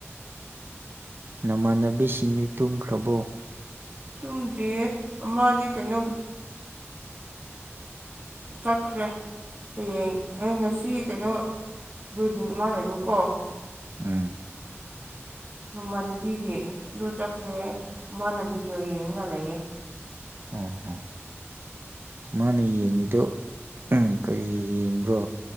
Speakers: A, on the right (about 50°); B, on the right (about 25°).
A: ꯅꯃꯥꯟꯅꯕꯤꯁꯤꯡꯅꯤ ꯇꯨꯝꯈ꯭ꯔꯕꯣ
B: ꯇꯨꯝꯗ꯭ꯔꯤꯌꯦ ꯑꯃꯗꯤꯗꯤ ꯀꯩꯅꯣ
A: <inaudible>
B: ꯆꯠꯈ꯭ꯔꯦ ꯍꯌꯦꯡ ꯑꯩ ꯉꯁꯤ ꯀꯩꯅꯣ ꯋꯤꯗꯤꯡ ꯑꯃ ꯂꯩꯕꯀꯣ
A: ꯑ
B: ꯃꯃꯥꯟꯅꯕꯤꯒꯤ ꯑꯗꯨ ꯆꯠꯈ꯭ꯔꯦ ꯃꯥꯅ ꯚꯤꯗꯤꯑꯣ ꯌꯦꯡꯒꯜꯂꯛꯑꯦ
A: ꯑ ꯍ ꯃꯥꯅ ꯌꯦꯡꯉꯤꯗꯣ ꯀꯔꯤ ꯌꯦꯡꯕ꯭ꯔꯣ